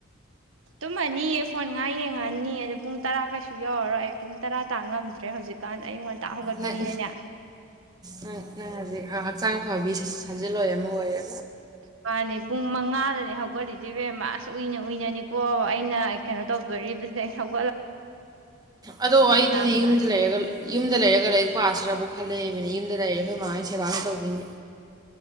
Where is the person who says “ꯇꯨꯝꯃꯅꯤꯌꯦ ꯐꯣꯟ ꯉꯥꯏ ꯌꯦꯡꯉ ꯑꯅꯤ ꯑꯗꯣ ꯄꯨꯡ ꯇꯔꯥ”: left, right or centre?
Right